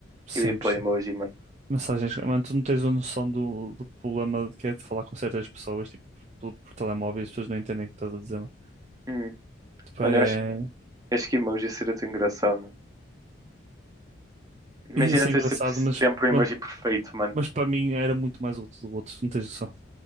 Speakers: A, on the right; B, on the right.
A: 100%.
B: Eu ia para o emoji, mano.
A: Mensagens, claras. mano, tu não tens a noção do, do problema que é de falar com certas pessoas, tipo, por, por telemóvel e as pessoas não entendem o que estás a dizer.
B: Hum.
A: Pá,
B: Mano,
A: é-
B: eu acho, acho que emoji seria tão engraçado, mano. Imagina
A: Ia ser
B: ter
A: engraçado,
B: sempre
A: mas,
B: sempre um
A: mas,
B: emoji perfeito, mano.
A: mas para mim era muito mais útil do outro, não tens noção.